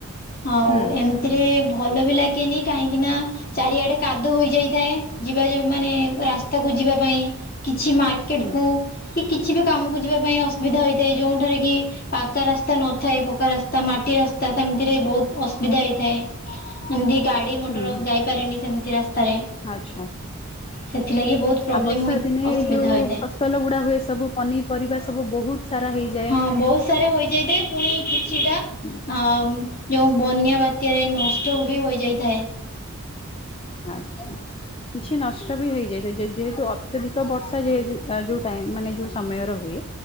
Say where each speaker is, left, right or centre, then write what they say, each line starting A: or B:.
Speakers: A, on the left (about 45°); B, on the left (about 25°).
A: ହଉ
B: ହୁଁ
A: ଏମିତିରେ ଭଲ ବି ଲାଗେନି କାହିଁକି ନା। ଚାରିଆଡେ କାଦୁ ହୋଇଯାଇଥାଏ ଯିବା ମାନେ ରାସ୍ତାକୁ ଯିବା ପାଇଁ କିଛି ମକ ମାର୍କେଟ
B: ହୁଁ
A: କୁ କିଛି ବି କାମକୁ ଯିବା ପାଇଁ ଅସୁବିଧା ହୋଇଥାଏ ଯୋଉଠାରେ କି ପାକା ରାସ୍ତା ନ ଥାଏ ପକା ରାସ୍ତା ମାଟି ରାସ୍ତା ସେମିତିରେ ବହୁତ ଅସୁବିଧା ହେଇଥାଏ। ଏମତି ଗାଡି ମଟର
B: ହୁଁ
A: ଯାଇପାରେନି ସେମତି ରାସ୍ତାରେ।
B: ଆଚ୍ଛା।
A: ସେଥିଲାଗି ବହୁତ। ପ୍ରୋବ୍ଲେମ
B: ଆଉ ବର୍ଷା
A: ହୋଇ
B: ଦିନେ
A: ଅସୁବିଧା
B: ଯୋଉ
A: ହୋଇଥାଏ
B: ଫସଲ ଗୁଡା ହୁଏ ସବୁ ପନିପରିବା ସବୁ ବହୁତ ସାରା ହେଇଯାଏ।
A: ହଁ ବହୁତ ସାରା ହୋଇଯାଇଥାଏ ପୁଣି କିଛିଟା
B: ହୁଁ,
A: ଆ ଯୋଉ ବନ୍ୟା ବାତ୍ୟରେ ନଷ୍ଟ ବି ହୋଇଯାଇଥାଏ।
B: ଆଚ୍ଛା। କିଛି ନଷ୍ଟ ବି ହେଇଯାଇଥାଏ ଯେହେତୁ ଅତ୍ୟଧିକ ବର୍ଷା ଯେ ଯୋଉ ଟାଇ ମାନେ ଯୋଉ ସମୟ ର ହୁଏ।